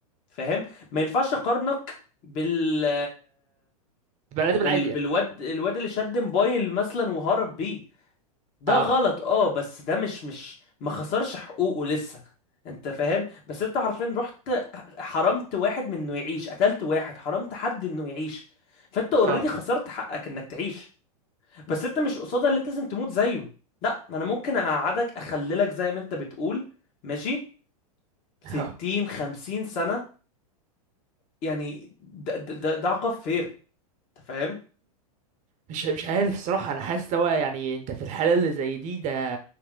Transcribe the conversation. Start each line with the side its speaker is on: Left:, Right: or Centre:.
Left: فاهم ما ينفعش اقارنك بال
Right: بني ادم
Left: بال
Right: العادي
Left: بالواد
Right: يعني
Left: الواد اللي شد موبايل مثلا وهرب بيه ده
Right: اه
Left: غلط اه بس ده مش مش ما خسرش حقوقه لسه انت فاهم بس انت حرفيا رحت حرمت واحد من انه يعيش قتلت واحد حرمت حد انه يعيش فانت اوريدي
Right: اه
Left: خسرت حقك انك تعيش بس انت مش قصادها اللي انت لازم تموت زيه لا انا ممكن اقعدك اخللك زي ما انت بتقول ماشي
Right: <laughs>
Left: 60
Right: اه
Left: 50 سنة يعني ده ده ده ده عقاب فين انت فاهم
Right: مش مش عارف الصراحه انا حاسس هو يعني انت في الحاله اللي زي دي ده